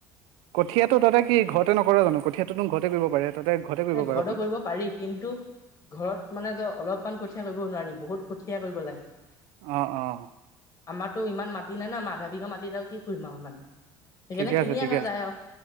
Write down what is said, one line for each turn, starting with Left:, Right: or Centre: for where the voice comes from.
Right: কঠীয়াটো তহঁতে কি ঘৰতে নকৰে জানো কঠিয়াতোনো ঘৰতে কৰিব পাৰে। তহঁতে ঘৰতে কৰিব
Left: নাই ঘৰতো
Right: পাৰচোন
Left: কৰিব পাৰি কিন্তু ঘৰত মানে ত অলপ অলপমান কঠীয়া কৰিব নোৱাৰি বহুত কঠীয়া কৰিব লাগে।
Right: অঁ অঁ
Left: আমাৰতো ইমান মাটি নাই না আমাৰ আধা বিঘা মাটিত আৰু কি কৰিম আৰু ইমান সেইকাৰণে
Right: ঠিকেই
Left: কিনি
Right: আছে ঠিকেই
Left: অনা
Right: আছে
Left: যায় আৰু